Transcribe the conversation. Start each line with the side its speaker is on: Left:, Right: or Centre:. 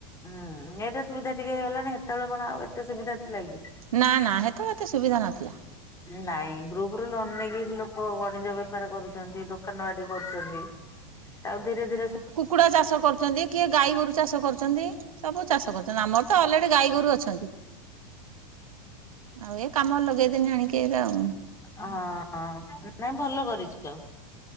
Left: ହୁଁ ଏଇଟା ସୁବିଧା ଠିକେ ହେଇଗଲାଣି ସେତେବେଳେ କଣ ଆଉ ଏତେ ସୁବିଧା ଥିଲା କି
Right: ନା ନା ସେତେବେଳେ ଏତେ ସୁବିଧା ନଥିଲା
Left: ନାଇଁ ଗ୍ରୁପ୍ ରୁ ଲୋନ୍ ନେଇକି ଲୋକ ବଣିଜ ବେପାର କରୁଛନ୍ତି ଦୋକାନ ବାଡ଼ି କରୁଛନ୍ତି ଆଉ ଧୀରେ ଧୀରେ
Right: କୁକୁଡ଼ା ଚାଷ କରୁଛନ୍ତି କିଏ ଗାଈ ଗୋରୁ ଚାଷ କରୁଛନ୍ତି ସବୁ ଚାଷ କରୁଛନ୍ତି ଆମର ତ ଅଲରେଡି ଗାଈ ଗୋରୁ ଅଛନ୍ତି।
Left: <unintelligible>
Right: ଆଉ ଏ କାମ ଲଗେଇଦେନି ଆଣିକି ଏ ରା ଆଉ।
Left: ହଁ ନାଇଁ ଭଲ କରିଛ ଆ